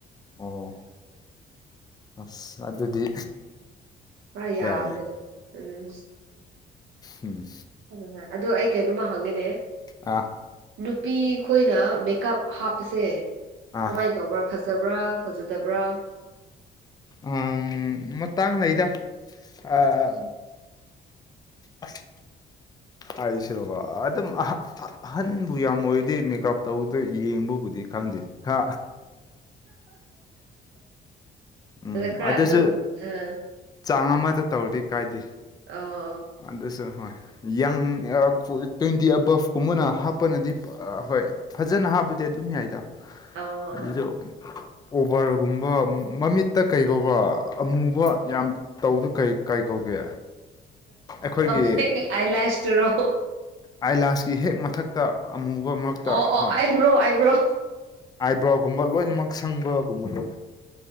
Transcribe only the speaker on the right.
ꯄꯨꯔꯥ ꯌꯥꯕꯅꯦ
ꯎꯝ
ꯑꯗꯨꯅ ꯑꯗꯣ ꯑꯩ ꯀꯩꯅꯣꯝꯃ ꯍꯪꯉꯦꯅꯦ
ꯅꯨꯄꯤ ꯈꯣꯏꯅ ꯃꯦꯀꯞ ꯍꯥꯞꯄꯁꯦ
ꯀꯃꯥꯏꯟ ꯇꯧꯕ꯭ꯔꯥ ꯐꯖꯕ꯭ꯔꯥ ꯐꯖꯗꯕ꯭ꯔꯥ
ꯑꯗꯨꯗ ꯈꯔ
ꯑꯗꯨꯝ ꯑꯥ
ꯑꯣ ꯑꯣ
ꯑꯣ
<inaudible> ꯑꯥꯏ ꯂꯁ ꯇꯨꯔꯣ
ꯑꯣ ꯑꯣ
ꯑꯕ꯭ꯔꯣ ꯑꯕ꯭ꯔꯣ